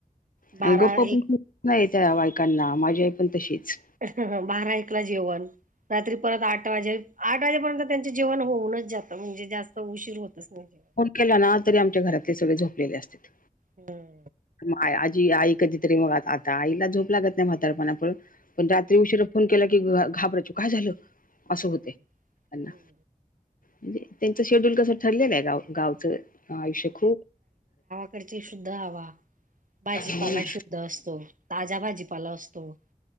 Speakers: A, on the right; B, on the left.
A: बारा
B: आणि गप्प पण
A: एक
B: नाही त्या बायकांना माझी आई पण तशीच
A: हं हं बारा एक ला जेवण. रात्री परत आठ वाजे, आठ वाजेपर्यंत त्यांचे जेवण होऊनच जातं म्हणजे जास्त उशीर होतच नाही.
B: केल ना तरी आमच्या घरातले सगळे झोपलेले असतेत.
A: हम्म
B: म आजी आई कधीतरी मग आ आता आईला झोप लागत नाही म्हातारपणा पु पण रात्री उशीरा फोन केला की, घाबरायचं काय झालं
A: हम्म.
B: असं होतय, त्यांना म्हणजे त्यांच शेड्युल कस ठरलेल आहे गाव गावचं, आयुष्य खूप
A: तिकडची शुद्ध हवा, भाजीपाला
B: हो ना.
A: शुद्ध असतो ताज्या भाजीपाला असतो,